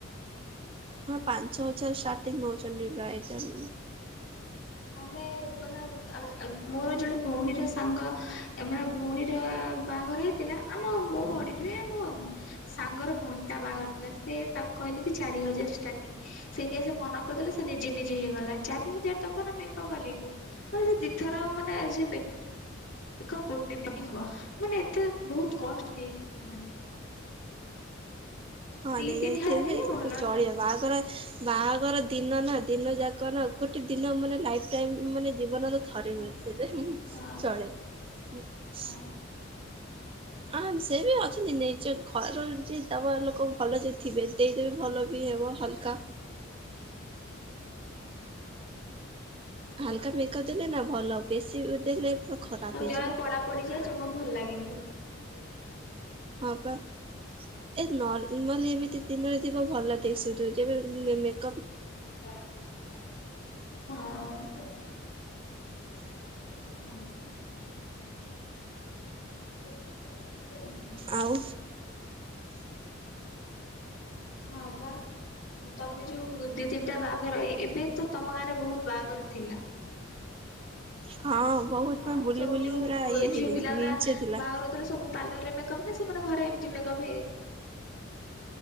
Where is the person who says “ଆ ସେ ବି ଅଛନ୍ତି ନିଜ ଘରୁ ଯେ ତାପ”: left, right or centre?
Right